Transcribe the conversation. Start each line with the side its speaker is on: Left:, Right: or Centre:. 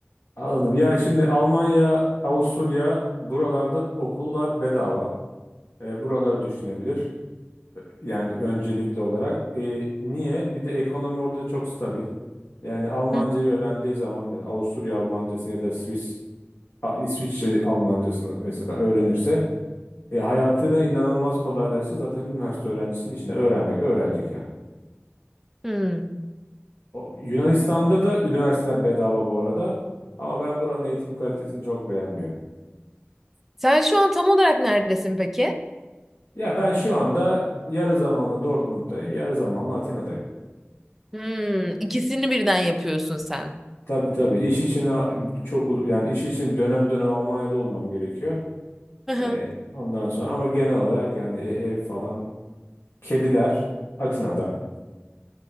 Left: Anladım. Ya şimdi Almanya, Avusturya buralarda okullar bedava. E, buraları düşünebilir. Yani öncelikli olarak. E, niye? Bir de ekonomi orada çok stabil. Yani Almancayı
Centre: Hı.
Left: öğrendiği zaman yani Avusturya Almancasını ya da Swiss, A- İsviçre Almancasını mesela öğrenirse e, hayatını inanılmaz kolaylaştı. Zaten üniversite öğrencisinin işini öğrenmek öğrenecek yani.
Centre: Hmm.
Left: O, Yunanistan'da da üniversiteler bedava bu arada. Ama ben buranın eğitim kalitesini çok beğenmiyorum.
Centre: Sen şu an tam olarak neredesin peki?
Left: Ya ben şu anda yarı zamanlı Dortmund'dayım, yarı zamanlı Atina'dayım.
Centre: Hmm, ikisini birden yapıyorsun sen.
Left: Tabii tabii. İş için a- çok uz- yani iş için dönem dönem Almanya'da olmam gerekiyor.
Centre: <laughs>
Left: Ee, ondan sonra ama genel olarak yani e- ev falan kediler Atina'da.